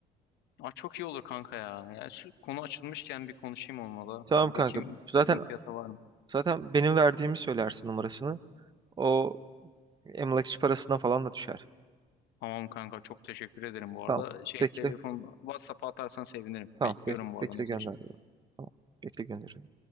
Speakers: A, on the left; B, on the right.
A: Aa, çok iyi olur kanka ya. Yani şu konu açılmışken bir konuşayım olmalı.
B: Tamam
A: Yani
B: kanka.
A: bakayım
B: Zaten
A: uygun fiyata var mı?
B: zaten benim verdiğimi söylersin numarasını. O emlakçı parasına falan da düşer.
A: Tamam kanka çok teşekkür ederim bu arada.
B: Tamam.
A: Şey
B: Bekle.
A: telefon WhatsApp'a atarsan sevinirim.
B: Tamam
A: Bekliyorum
B: bek
A: bu
B: bekle
A: arada mesajını.
B: gönderiyorum. Tamam bekle gönderiyorum.